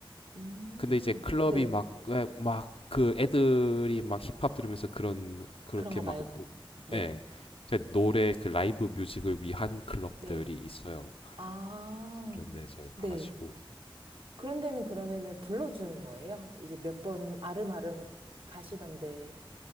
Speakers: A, on the right; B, on the left.
A: 음.
B: 근데 이제 클럽이
A: 네.
B: 막 막 그 애들이 막 힙합 들으면서 그런 그렇게
A: 그런 거
B: 막
A: 말고.
B: 노,
A: 네.
B: 예. 제 노래 그 라이브 뮤직을 위한 클럽들이
A: 네.
B: 있어요.
A: 아,
B: 이제 그런 데서
A: 네.
B: 가가지고
A: 그런 데는 그러면은 불러주는 거예요? 이제 몇 번 아름아름 가시던데,